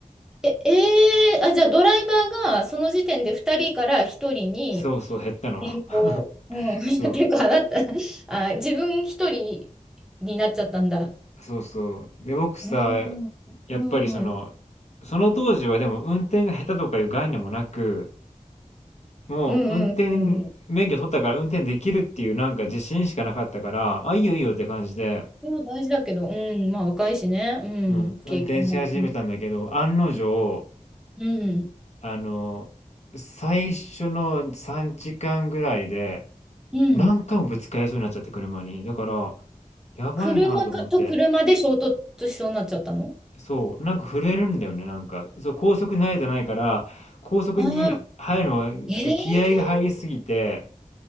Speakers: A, in the centre; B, on the left (about 55°).
A: え、えー、あ、じゃあドライバーがその時点で2人から1人に
B: そうそう減ったの。
A: 変更、
B: <laughs>
A: うん、
B: そう。
A: <laughs> 結構あなた、あ、自分1人になっちゃったんだ。
B: そうそう。で、僕さ、
A: うん、
B: やっぱりその、
A: うん、うん、
B: その当時はでも運転が下手とかいう概念もなく、もう運転免許取ったから運転できるっていうなんか自信しかなかったから、
A: うん、うん。うん
B: あ、いいよいいよって感じで、
A: でも大事だけど、うん、まあ若いしね、うん、
B: うん、運転し始めたんだけど、
A: 経験も。うん、
B: 案の定、
A: うん、
B: あの、最初の3時間ぐらいで
A: うん。
B: 何回もぶつかりそうになっちゃって車に。だから、やばいなと思って。
A: 車かと車で衝突しそうになっちゃったの
B: そう、なんか震えるんだよね、なんか。そう、高速慣れてないから、高速に入るのが気合が入りすぎて、
A: ああー、ええ